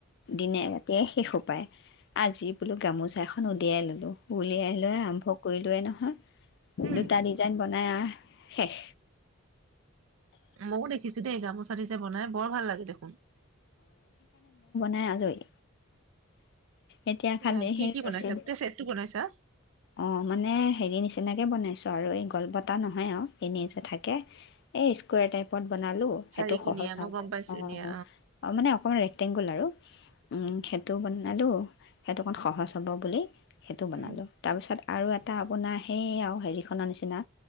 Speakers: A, on the left; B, on the right.
A: দিনে ৰাতিয়ে সেইসোপাই আজি বোলো গামোচা এখন উলিয়াই ললো উলিয়াই লৈ আৰম্ভ কৰিলোৱেই নহয় হয়
B: উম
A: দুটা ডিজাইন বনাই মানে শেষ
B: মোও দেখিছো দেই গামোচা চাৰিতে বলে <unintelligible> বৰ ভাল লাগে দেখোন
A: হে আজৰি এতিয়া খালি
B: ন কি
A: সেই
B: কি বনাইছা
A: ৰছী
B: গোটে চেটটো বনাইছা
A: অ মানে হেৰি নিচিনাকে বনাইছো আৰু এই গলপটা নহয় আৰু এনেই যে থাকে এই স্ৱয় টাইপত <unintelligible> বনালো
B: চাৰিকুণীয়া
A: সেইটো সহজ
B: মই
A: হ'ব
B: গম পাইছো
A: অ
B: দিয়া
A: অ মানে অকমান টেংগোল আৰু উম সেইটো বনালো সেইটো অকণ সহজ হ'ব বুলি সেইটো বনালোঁ
B: উম
A: তাৰপিছত আৰু এটা আপোনাৰ সেই আৰু হেৰি খনৰ নিচিনা